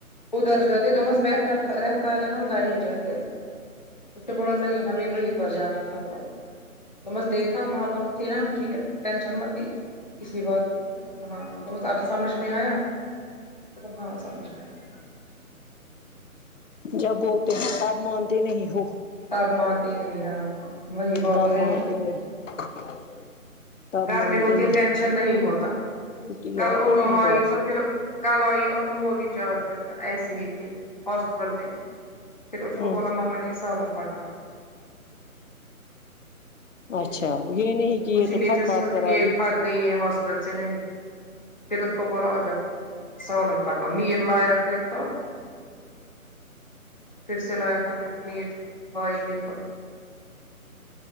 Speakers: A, on the left (about 30°); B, on the left (about 60°).
A: ادھر جاتے دمس بہتر رہتا اگر ہم گھر ہی جاتے اس سے بولا نہیں ہمیں وہی پر جانا تھا تو تو بس دیکھا وہاں پر تھے ناں ہم ٹھیک ہے ٹینشن متی کسی کی ہاں بہت اب سمجھ میں آیا ہاں سمجھ میں آیا
B: جب بولتے ہیں تب مانتے نہیں ہو
A: تب مانتے نہیں ہاں وہی بہت
B: تب
A: ہے
B: مانتے
A: ناں
B: <inaudible> تب
A: گھر
B: مانتے
A: میں ہوتی ٹینشن نہیں ہوتا
B: یہاں
A: کل انوں
B: کوئی بھی
A: آئی
B: بات
A: تو پھر کل آئی انو وہ بھی چار دن ایسے ہی تھی ہاسپٹل میں پھر اس
B: ہ
A: کو بولا مما نے سالن پکا
B: اچھا یہ نہیں کہ یہ
A: اسی
B: تو
A: نے
B: تھک
A: پھر
B: ہار کر
A: یہ
B: آئی
A: تھک گئی ہاسپٹل سے نہیں پھر اس کو بولا آجاؤ سولن پکا میر لایا پھر تو پھر سے لایا تھا پھر میٹ بوائل یہ تو